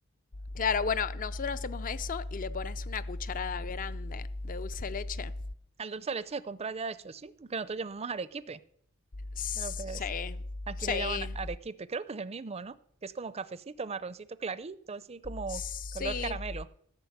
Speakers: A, on the left (about 40°); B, on the right (about 30°).
A: Claro, bueno, nosotros hacemos eso y le pones una cucharada grande de dulce de leche.
B: Al dulce de leche se compra ya de hecho, sí, porque nosotros llamamos arequipe,
A: Sí,
B: creo que es. Aquí
A: sí,
B: le llaman arequipe, creo que es el mismo, ¿no? Que es como cafecito, marroncito clarito, así como
A: sí.
B: color caramelo.